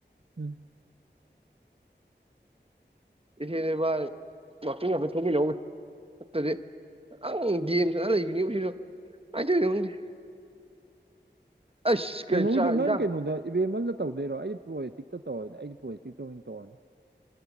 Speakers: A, on the right; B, on the right.
A: ꯎꯝ
B: ꯏꯦꯅꯦꯕꯥ ꯋꯥꯀꯤ ꯍꯥ ꯊꯤ ꯂꯎꯒꯦ ꯅꯠꯇꯗꯤ ꯑꯪ ꯒꯦꯝ ꯁꯅ ꯂꯩꯕꯅꯤ ꯎ ꯁꯤꯗꯣ ꯀꯗꯣꯏ ꯈꯪꯗꯦ ꯑꯩꯁ
A: ꯀꯩꯅ
B: ꯀꯩ ꯆꯥꯛ
A: ꯏꯗ
B: ꯏꯟꯖꯥꯡ
A: ꯅꯪ ꯀꯩꯅꯅꯗ ꯕꯦꯝꯃꯜꯗ ꯇꯧꯗꯣꯏꯔꯣ ꯑꯩꯁ ꯄ꯭ꯔꯣꯖꯦꯤꯛꯇ ꯇꯧꯔꯗꯤ ꯑꯩꯁ ꯄ꯭ꯔꯣꯖꯦꯇꯤꯛꯇ ꯑꯣꯏꯅ ꯇꯧꯔꯅꯤ